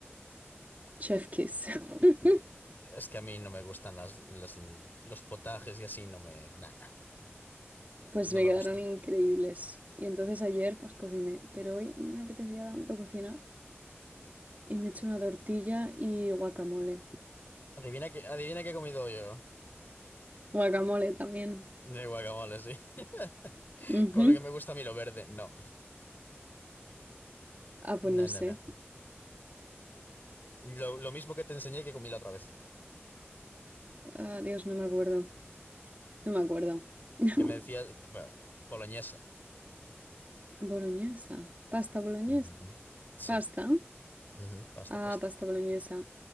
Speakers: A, on the right (about 40°); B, on the left (about 45°).
A: chef kiss. <laughs>
B: Es que a mí no me gustan las, las- los potajes y así, no me, nah,
A: Pues
B: no
A: me
B: me
A: quedaron
B: gusta.
A: increíbles. Y entonces ayer pues cociné, pero hoy no me apetecía tanto cocinar y me eché una tortilla y guacamole.
B: Adivina qué, adivina qué he comido yo.
A: Guacamole también.
B: De guacamole, sí. <laughs>
A: Ujú.
B: Con lo que me gusta a mí lo verde, no.
A: Ah, pues
B: No,
A: no
B: no,
A: sé.
B: no. Lo, lo mismo que te enseñé que comí la otra vez.
A: Ah, Dios, no me acuerdo. No me acuerdo. <laughs>
B: Que me decía, bueno, boloñesa.
A: Boloñesa. Pasta boloñesa.
B: Ujú, Sí.
A: Pasta.
B: Ujú, Pasta,
A: Ah,
B: pasta.
A: pasta boloñesa.